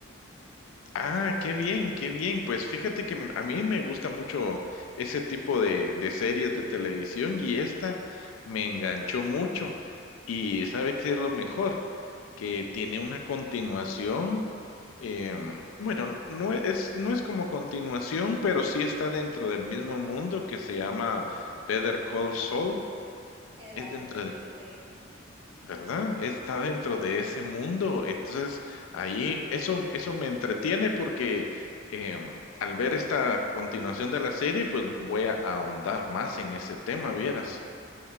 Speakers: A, on the left (about 80°); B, on the right (about 25°).
A: Ah, qué bien, qué bien. Pues fíjate que m- a mí me gusta mucho ese tipo de, de series de televisión y esta me enganchó mucho. Y ¿sabe qué es lo mejor? Que tiene una continuación. em, bueno, no es, no es como continuación, pero sí está dentro del mismo mundo que se llama Better Call Saul.
B: Exacto,
A: Es dentro
B: sí,
A: del
B: sí, sí.
A: ¿verdad? Está dentro de ese mundo. Entonces, ahí eso, eso me entretiene porque em, al ver esta continuación de la serie, pues voy a ahondar más en ese tema, vieras.